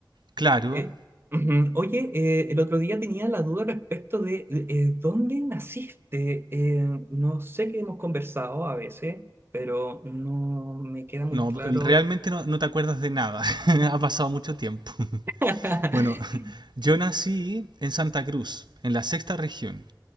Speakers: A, on the right; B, on the right.
A: Claro,
B: Eh, ujú. Oye, eh, el otro día tenía la duda respecto de, de, eh, dónde naciste. Eh, no sé que hemos conversado a veces, pero no me queda muy
A: no,
B: claro.
A: realmente no, no te acuerdas de nada. <laughs> Ha pasado mucho tiempo.
B: <laughs>
A: Bueno, <laughs> yo nací en Santa Cruz, en la sexta región,